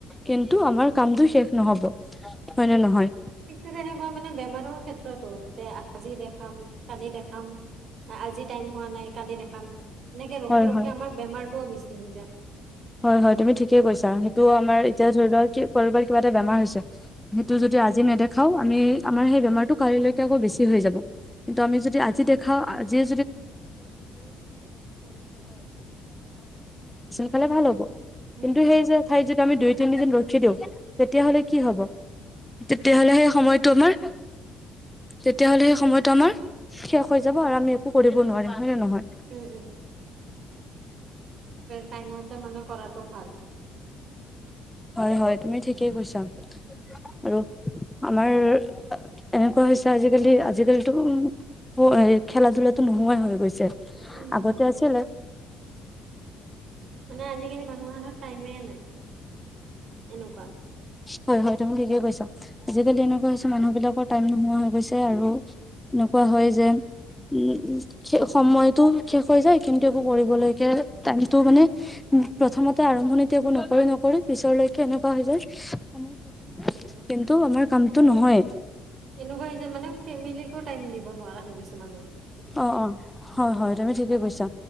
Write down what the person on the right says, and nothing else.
িক তেনেকুৱা মানে বেমাৰৰ ক্ষেত্ৰতো যে আজি দেখাম কালি দেখাম আজি টাইম হোৱা নাই কালি দেখাম এনেকে ৰখি
ৰখি
আমাৰ বেমাৰটোও বেছি হৈ যায়
উম
উম,
উম,
উম, টাইমতে মানে কৰাটো ভাল
উম,
মানে আজিকালি মানুহৰ হাতত টাইমে নাই এনেকুৱা
এনেকুৱা হৈছে মানে ফেমিলিকো টাইম দিব নোৱাৰা হৈ গৈছে মানুহৰ